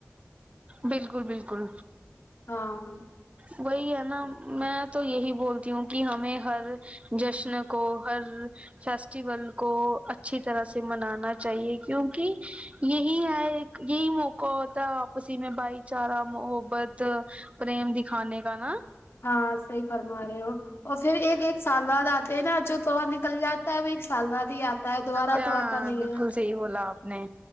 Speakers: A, on the right (about 25°); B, on the left (about 55°).
A: بالکل بالکل
B: ہاں
A: وہی ہے نا میں تو یہی بولتی ہوں کہ ہمیں ہر جشن کو ہر فیسٹیول کو اچھی طرح سے منانا چاہیے کیونکہ یہی ہے یہی موقع ہوتا ہے آپسی ہی میں بھائی چارہ محبت پریم د کھانے کا نا
B: ہاں صحیح فرما رہے ہو اور پھر ایک ایک سال بعد آتے ہیں نا جو توور نکل جاتا ہے وہ ایک سال بعد ہی آتا تائے دوبارہ
A: ہاں
B: تو آتا نہیں
A: بالکل
B: ہے
A: صحیح بولا آپ نے